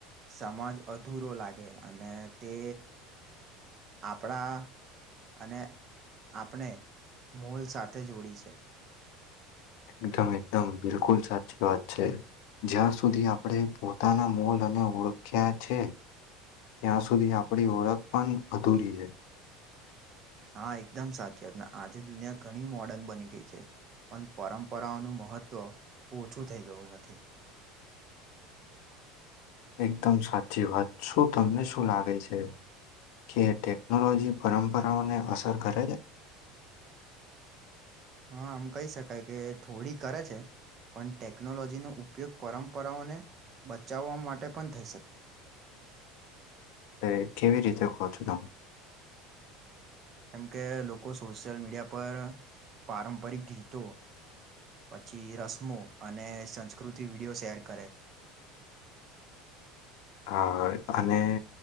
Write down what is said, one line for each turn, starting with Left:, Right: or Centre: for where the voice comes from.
Right: સમાજ અધૂરો લાગે અને તે
Left: હ
Right: આપણા અને આપણે મોલ સાથે જોડી છે
Left: એકદમ એકદમ બિલકુલ સાચચી વા છે જ્યાં સુધી આપણે પોતાના મોલ અને ઓળખ્યા છે ત્યાં સુધી આપણી ઓળખ પણ અધૂરી છે
Right: હા એકદમ સાચી વાત આજે દુનિયા ઘણી મોર્ડર્ન બની ગઈ છે પણ પરંપરાઓનું મહત્ત્વ ઓછું થઈ ગયું નથી
Left: એકદમ સાચી વાત, શું તમને શું લાગે છે? કે ટેકનોલોજી પરંપરાઓને અસર કરે છે?
Right: હા આમ કહી શકાય કે થોડી કરે છે. પણ ટેકનોલોજીનો ઉપયોગ પરંપરાઓને બચાવવા માટે પણ થઈ શકે.
Left: તે કેવી રીતે કહો છો તમ
Right: જેમ કે લોકો સોશિયલ મીડિયા પર પારંપરિક ગીતો પછી રસમો અને સંસ્કૃતિ વિડિયો શેર કરે.
Left: હા અને